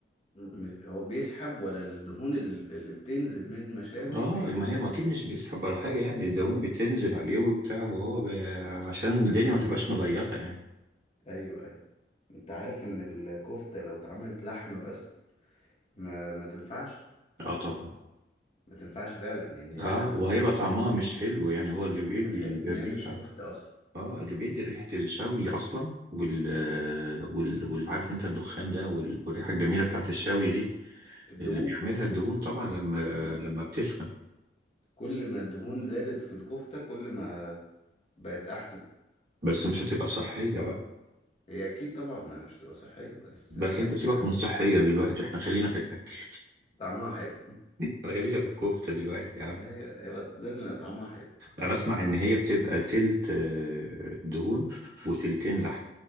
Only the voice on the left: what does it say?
مم. هو بيسحب ولا الدهون ال- اللي بتنزل من المشاوي
بي...
آه.
ايوه ايوه انت عارف ان الكفتة لو اتعملت لحمة بس ما ما تنفعش
ما تنفعش فعلا يعني
آه،
مش...
مش...
هتحس ان
هي مش كفتة اصلا
الدهون
مم.
كل ما الدهون زادت في الكفتة كل ما بقت احسن
هي اكيد طبعا مش تبقى صحية بس
ايه
هت...
طعمها حلو <laughs>
هي هيبقى لازم يبقى طعمها حلو